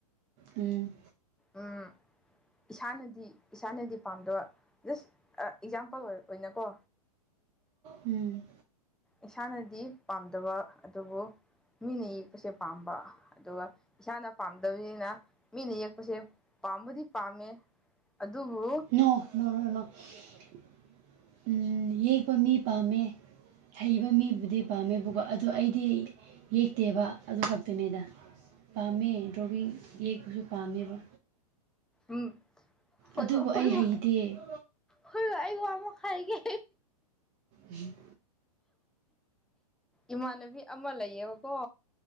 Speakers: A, on the right; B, in the centre.
A: ꯎꯝ
B: ꯎꯝ ꯏꯁꯥꯅꯗꯤ ꯏꯁꯥꯅꯗꯤ ꯄꯥꯝꯗꯕ ꯖꯁ ꯑꯦꯛꯖꯥꯝꯄꯜ ꯑꯣꯏꯅꯀꯣ
A: ꯎꯝ
B: ꯏꯁꯥꯅꯗꯤ ꯄꯥꯝꯗꯕ ꯑꯗꯨꯕꯨ ꯃꯤꯅ ꯌꯦꯛꯄꯁꯦ ꯄꯥꯝꯕ ꯑꯗꯨꯒ ꯏꯁꯥꯅ ꯄꯥꯝꯗꯕꯅꯤꯅ ꯃꯤꯅ ꯌꯦꯛꯄꯁꯦ ꯄꯥꯝꯕꯨꯗꯤ ꯄꯥꯝꯃꯦ ꯑꯗꯨꯕꯨ
A: ꯅꯣ <inaudible> ꯎꯝ ꯌꯦꯛꯄ ꯃꯤ ꯄꯥꯝꯃꯦ ꯍꯩꯕ ꯃꯤꯕꯨꯗꯤ ꯄꯥꯝꯃꯦꯕꯀꯣ ꯑꯗꯨ ꯑꯩꯗꯤ ꯌꯦꯛꯇꯦꯕ ꯑꯗꯨ ꯈꯛꯇꯅꯦꯗ ꯄꯥꯝꯃꯦ ꯗ꯭ꯔꯣꯕꯤꯡ ꯌꯦꯛꯄꯁꯨ ꯄꯥꯝꯃꯦꯕ
B: ꯎꯝ ꯑꯣꯏꯣꯏꯕ
A: ꯑꯗꯨꯕꯨ
B: ꯑꯣꯏꯣꯏꯕ
A: ꯑꯩ ꯍꯩꯇꯦ
B: ꯍꯣꯏꯔꯣ ꯑꯩꯕꯨ ꯑꯃꯨꯛ ꯍꯥꯏꯒꯦ
A: ꯎꯝ
B: ꯏꯃꯥꯟꯅꯕꯤ ꯑꯃ ꯂꯩꯌꯦꯕꯀꯣ